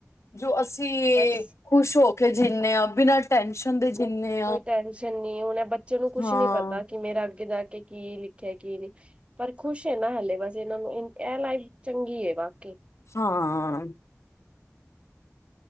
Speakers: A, on the left; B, on the right.
A: ਜੋ ਅਸੀਂ
B: ਬਸ
A: ਖੁਸ਼ ਹੋ ਕੇ ਜਿੰਨੇ ਆ ਬਿਨਾਂ ਟੈਨਸ਼ਨ ਦੇ ਜਿੰਨੇ-
B: ਕੋਈ ਟੈਨਸ਼ਨ ਨੀ ਹੁਣ ਏ ਬੱਚੇ ਨੂੰ ਕੁਛ
A: ਹਾਂ
B: ਨੀ ਪਤਾ ਕਿ ਮੇਰਾ ਅੱਗੇ ਜਾ ਕੇ ਕੀ ਲਿਖਿਆ ਕੀ ਨਹੀਂ। ਪਰ ਖੁਸ਼ ਨਾ ਹਲੇ ਬਸ ਇਹਨਾਂ ਨੂੰ ਇਹ ਲਾਈਫ ਚੰਗੀ ਹੈ ਵਾਕਈ।
A: ਹਾਂ।